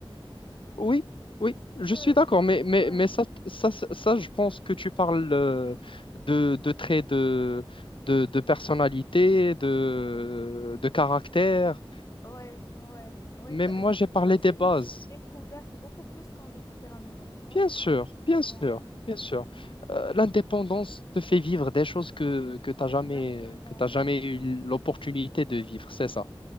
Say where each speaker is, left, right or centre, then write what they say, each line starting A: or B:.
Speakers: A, on the left (about 65°); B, on the left (about 35°).
A: Oui, oui,
B: Parce
A: je
B: que,
A: suis d'accord, mais, mais,
B: ouais,
A: mais ça, ça, ça, ça, je pense que tu parles euh, de, de traits de, de, de personnalité, de, de caractère.
B: ouais, ouais, ouais,
A: Mais
B: exa-
A: moi,
B: je-
A: j'ai
B: c'est
A: parlé
B: comme si
A: des bases.
B: je me suis découverte beaucoup plus quand j'ai quitté la maison, tu vois.
A: Bien sûr, bien sûr,
B: Ouais,
A: bien sûr. Euh, l'indépendance te fait vivre des choses que, que tu n'as jamais,
B: exactement.
A: que t'as jamais
B: Ouais,
A: eu l'opportunité de vivre, c'est ça.